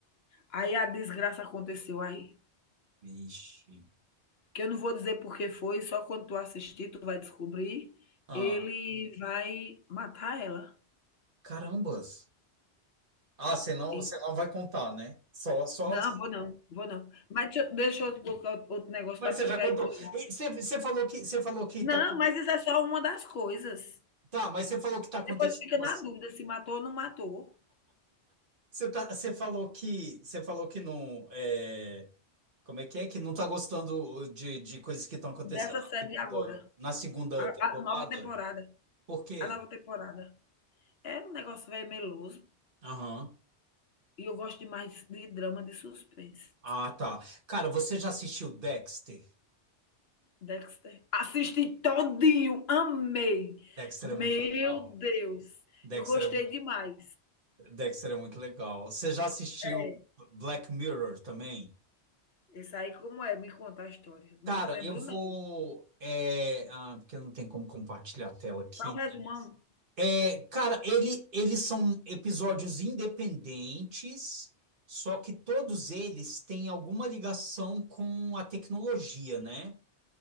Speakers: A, on the left (about 65°); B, on the right (about 50°).
A: Aí a desgraça aconteceu aí.
B: Vixe.
A: Que eu não vou dizer por que foi, só quando tu assistir tu vai descobrir.
B: Ah,
A: Ele vai matar ela.
B: carambas. Ah, você não,
A: E-
B: você não vai contar, né? Só, só.
A: Não, vou não, vou não. Mas deixa, eu- deixa eu colocar outro negócio
B: Mas
A: para
B: você
A: tu ficar
B: já contou.
A: intrigado.
B: E Você, você falou que, você falou que
A: Não,
B: tá.
A: mas isso é só uma das coisas.
B: Tá, mas você falou que tá acontecendo.
A: Depois fica
B: umas-
A: na dúvida se matou ou não matou,
B: Você tá, você falou que, você falou que não. é, como é que é? Que não tá gostando de, de coisas que estão acontecendo
A: dessa
B: na
A: série
B: segunda,
A: de agora.
B: na segunda
A: A
B: temporada.
A: a nova temporada,
B: Por quê?
A: a nova temporada. É um negócio velho meloso,
B: Aham.
A: e eu gosto demais de drama de suspense.
B: Ah, tá. Cara, você já assistiu Dexter?
A: Dexter. Assisti todinho, amei.
B: Dexter
A: Meu
B: é muito legal.
A: Deus,
B: Dexter
A: eu gostei
B: é muito,
A: demais.
B: Dexter é muito legal. Você já assistiu
A: É,
B: Black Mirror também?
A: esse aí como é? Me conta a história. Não
B: Cara,
A: lembro
B: eu vou.
A: não.
B: é, ah, porque não tem como compartilhar a tela aqui,
A: Para o resumão?
B: né? É, cara, ele, eles são episódios independentes, só que todos eles têm alguma ligação com a tecnologia, né?